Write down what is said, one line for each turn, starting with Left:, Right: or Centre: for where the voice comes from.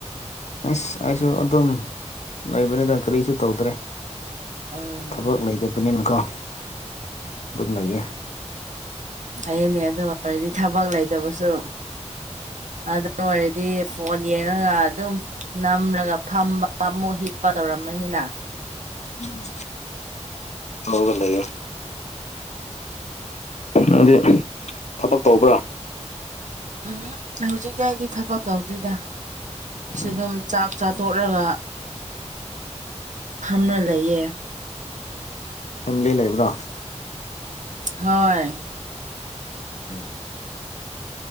Left: ꯑꯁ ꯑꯩꯁꯨ ꯑꯗꯨꯝ ꯂꯩꯕꯅꯤꯗ ꯀꯔꯤꯁꯨ ꯇꯧꯗ꯭ꯔꯦ
Right: ꯎꯝ
Left: ꯊꯕꯛ ꯂꯩꯇꯕꯅꯤꯅꯀꯣ ꯅꯌꯦ
Right: ꯑꯩꯅꯦ ꯑꯗꯨ ꯑꯣꯏꯔꯗꯤ ꯊꯕꯛ ꯂꯩꯇꯕꯁꯨ ꯑꯗꯨ ꯑꯣꯏꯔꯗꯤ ꯐꯣꯟ ꯌꯦꯡꯉꯒ ꯑꯗꯨꯝ ꯅꯝꯂꯒ ꯐꯝꯕꯨ ꯍꯤ ꯆꯄ ꯇꯧꯔꯝꯝꯕꯅꯤꯅ
Left: ꯎꯝ ꯂꯒ ꯂꯩꯦ ꯍꯥꯏꯗꯤ ꯊꯕꯛ ꯇꯧꯕ꯭ꯔꯥ
Right: ꯎꯝ ꯍꯧꯖꯤꯛꯇꯤ ꯑꯩꯗꯤ ꯊꯕꯛ ꯇꯧꯗꯦꯗ ꯑꯩꯁꯨ
Left: ꯎꯝ
Right: ꯑꯗꯨꯝ ꯆꯥꯛ ꯆꯥꯊꯣꯛꯂꯒ ꯐꯝꯅ ꯂꯩꯌꯦ
Left: ꯀ ꯂꯩꯕ꯭ꯔꯥ
Right: ꯍꯣꯏ
Left: ꯎꯝ